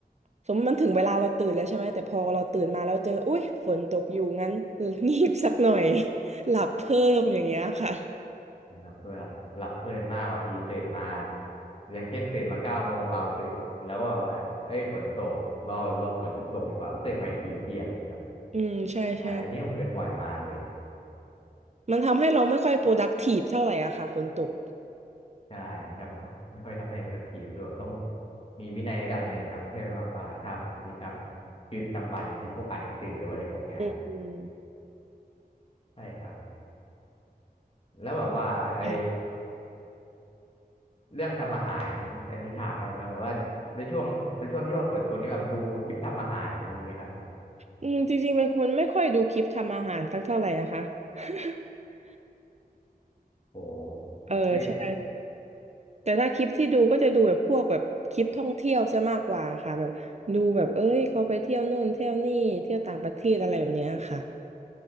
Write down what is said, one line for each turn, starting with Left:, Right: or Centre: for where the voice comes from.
Right: สมมติมันถึงเวลาเราตื่นแล้วใช่ไหมแต่พอเราตื่นมาแล้วเจออุ๊ยฝนตกอยู่งั้น <laughs> งีบสักหน่อย <laughs> หลับเพิ่มอย่างเงี้ยค่ะ
Left: นะครับคือแบบหลับเพลินมากบางทีตื่นมาอย่างเช่นตื่นมาเก้าโมงเอาตื่นแล้วก็แบบว่าเอ้ยฝนตกรอรอฝนหยุดตกดีกว่าก็ตื่นมาอีกทีเที่ยงเนะครับ
Right: อืมใช่ใช่
Left: ใช่อันนี้ผมเป็นบ่อยมากเลย
Right: มันทำให้เราไม่ค่อย productive เท่าไหร่อะค่ะฝนตก
Left: ใช่ไม่ทำไม่ค่อยทำให้ productive คือแบบต้องมีวินัยระดับหนึ่งครับเพื่อว่าว่าทำกิจกรรมชีวิตประจำวันอย่างเช่นพวกอ่านหนังสือหรือว่าอะไรพวกเนี้ย
Right: อืมอืม
Left: ใช่ครับแล้วแบบว่าไอ
Right: ใช่
Left: เรื่องทำอาหารอันนี้ถามได้ไหมครับแบบว่าในช่วงในช่วงที่ว่าขวนตัวนี้แบบดูคลิปทำอาหารอย่างนี้เนะครับ
Right: อืมจริงๆเป็นคนไม่ค่อยดูคลิปทำอาหารสักเท่าไหร่นะคะ <laughs>
Left: โห
Right: เออใช่
Left: ไม่
Right: แต่ถ้าคลิปที่ดูก็จะดูแบบพวกแบบคลิปท่องเที่ยวซะมากกว่าค่ะแบบดูแบบเอ้ยเขาไปเที่ยวนู่นเที่ยวนี่เที่ยวต่างประเทศอะไรแบบเนี้ยค่ะ